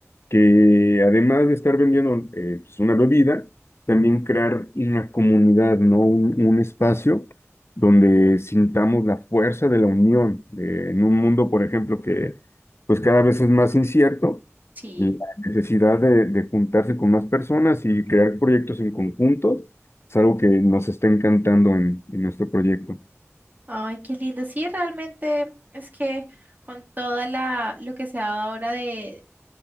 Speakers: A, on the left; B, on the right.
A: que además de estar vendiendo eh, pues, una bebida, también crear una comunidad, ¿no? Un, un espacio donde sintamos la fuerza de la unión, de- en un mundo, por ejemplo, que pues cada vez es más incierto,
B: sí.
A: y la necesidad de, de juntarse con más personas y crear proyectos en conjunto es algo que nos está encantando en, en nuestro proyecto.
B: Ay, qué lindo. Sí, realmente es que con toda la lo que se ha dado ahora de